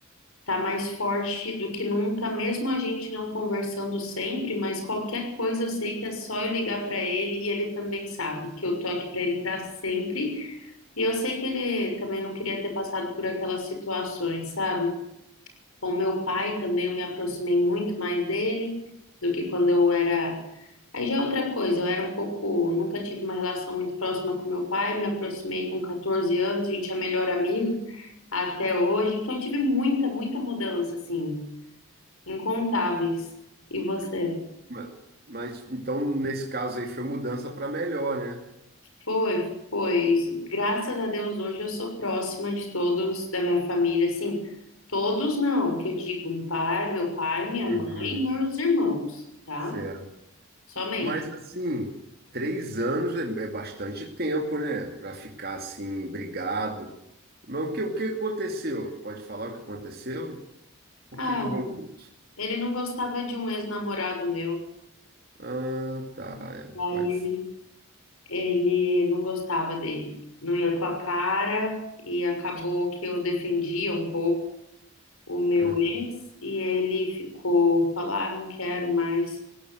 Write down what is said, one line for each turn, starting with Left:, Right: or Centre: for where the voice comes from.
Left: Tá mais forte do que nunca, mesmo a gente não conversando sempre, mas qualquer coisa eu sei que é só eu ligar para ele e ele também sabe que eu tô aqui para ele para sempre. E eu sei que ele também não queria ter passado por aquelas situações, sabe? Com meu pai também eu me aproximei muito mais dele do que quando eu era. Aí já é outra coisa, eu era um pouco, nunca tive uma relação muito próxima com meu pai, me aproximei com 14 anos, a gente é melhor amigo até hoje, então eu tive muita, muita mudança assim. Incontáveis. E você?
Right: Ma- Mas então, nesse caso aí, foi mudança para melhor, né?
Left: Foi, foi. Graças a Deus hoje eu sou próxima de todos da minha família, assim, todos não, que eu digo, meu pai, meu pai, minha
Right: Uhum,
Left: mãe, meus irmãos, tá?
Right: certo.
Left: Somente.
Right: Mas assim, três anos é é bastante tempo, né? Para ficar assim, brigado. Mas o que, o que aconteceu? Pode falar o que aconteceu? Por
Left: Ah,
Right: que que rolou isso?
Left: ele não gostava de um ex-namorado meu.
Right: Ah, tá. é,
Left: Aí
Right: pode
Left: ele,
Right: ser.
Left: ele não gostava dele. Não ia com a cara e acabou que eu defendia um pouco o meu
Right: Ah,
Left: ex e ele ficou, falar, ah, não quero mais.